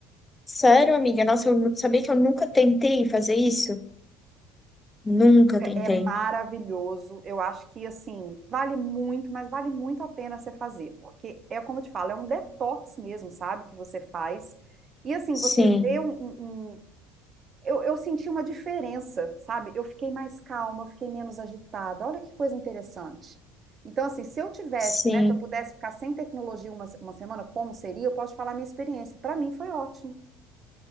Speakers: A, on the left; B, on the right.
A: sério, amiga? Nossa, eu nu- sabia que eu nunca tentei fazer isso? Nunca tentei.
B: É maravilhoso. Eu acho que assim, vale muito, mas vale muito a pena você fazer, porque é como eu te falo, é um detox mesmo, sabe, que você faz. E assim,
A: Sim,
B: você vê um, um- um- eu, eu senti uma diferença, sabe? Eu fiquei mais calma, eu fiquei menos agitada. Olha que coisa interessante. Então, assim, se eu tivesse,
A: sim.
B: né, se eu pudesse ficar sem tecnologia uma, uma semana, como seria? Eu posso te falar a minha experiência. Para mim foi ótimo.